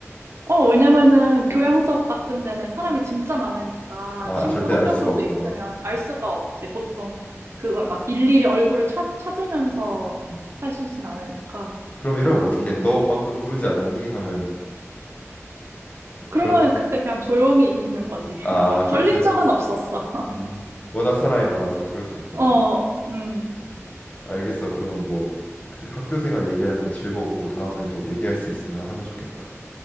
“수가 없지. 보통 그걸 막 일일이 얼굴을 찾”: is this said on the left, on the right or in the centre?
Right